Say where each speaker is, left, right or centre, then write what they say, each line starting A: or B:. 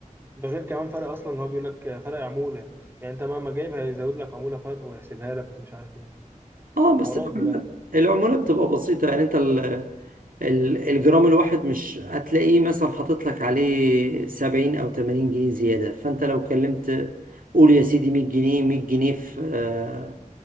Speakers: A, on the right (about 15°); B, on the right (about 85°).
A: ده غير كمان فرق اصلا ان هو بيقول لك فرق عموله يعني انت مهما جايب هيزود لك عموله فرق ويحسبها لك مش عارف ايه
B: اه
A: حوارات
B: بس العمولة
A: بجد
B: العمولة بتبقى بسيطة يعني انت ال... ال... الجرام الواحد مش هتلاقيه مثلا حاطط لك عليه 70 او 80 جنيه زيادة فانت لو كلمت قول يا سيدي 100 جنيه 100 جنيه في آه،